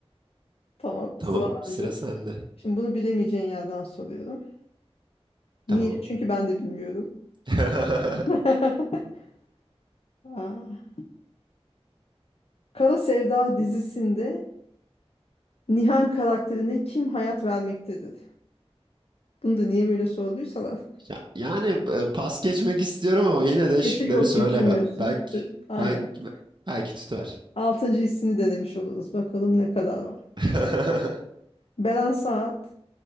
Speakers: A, on the left; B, on the right.
A: Tamam,
B: Tamam.
A: sıra
B: Sıra
A: bende.
B: sende.
A: Şimdi bunu bilemeyeceğin yerden soruyorum.
B: Tamam.
A: Niye? Çünkü ben de bilmiyorum.
B: <laughs>
A: <laughs> Aa, Kara Sevda dizisinde Nihan karakterine kim hayat vermektedir? Bunu da niye böyle sorduysalar.
B: Ya- Yani e, pas geçmek istiyorum ama yine de
A: Geçir
B: şıkları
A: yok
B: söyle.
A: geçirmiyorsun.
B: Be- Belki
A: Aynen.
B: belki belki tutar.
A: Altıncı hissini denemiş oluruz. Bakalım ne kadar var.
B: <laughs>
A: Beren Saat,